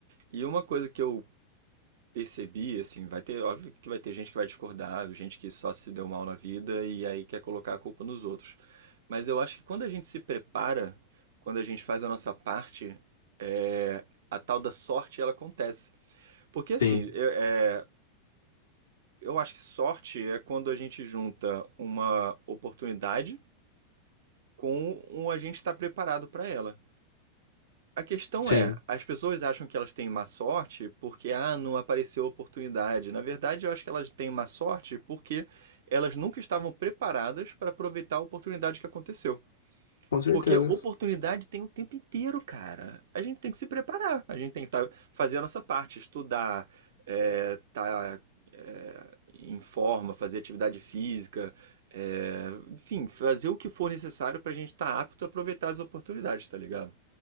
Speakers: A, on the right (about 60°); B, on the left (about 70°).
A: E uma coisa que eu percebi, assim, vai ter, óbvio que vai ter gente que vai discordar, gente que só se deu mal na vida e aí quer colocar a culpa nos outros. Mas eu acho que quando a gente se prepara, quando a gente faz a nossa parte, é, a tal da sorte ela acontece. Porque assim,
B: Sim,
A: eu, é, eu acho que sorte é quando a gente junta uma oportunidade com um a gente estar preparado para ela. A questão
B: sim.
A: é, as pessoas acham que elas têm má sorte porque, ah, não apareceu oportunidade. Na verdade, eu acho que elas têm má sorte porque elas nunca estavam preparadas para aproveitar a oportunidade que aconteceu.
B: Com certeza.
A: Porque oportunidade tem o tempo inteiro, cara. A gente tem que se preparar, a gente tem que tá, fazer a nossa parte, estudar, é, tá, é, em forma, fazer atividade física, é, enfim, fazer o que for necessário para a gente estar apto a aproveitar as oportunidades, tá ligado?